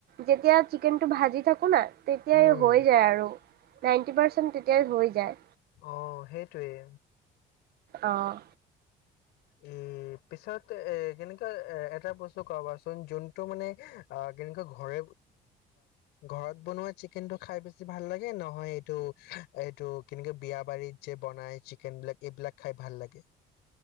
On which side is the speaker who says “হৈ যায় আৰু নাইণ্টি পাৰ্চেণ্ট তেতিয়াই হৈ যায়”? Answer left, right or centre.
Right